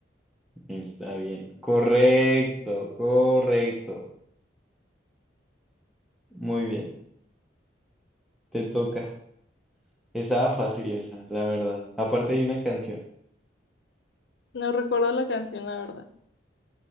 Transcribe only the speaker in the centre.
Está bien. Correcto, correcto. Muy bien, te toca. Estaba fácil esa, la verdad. Aparte hay una canción.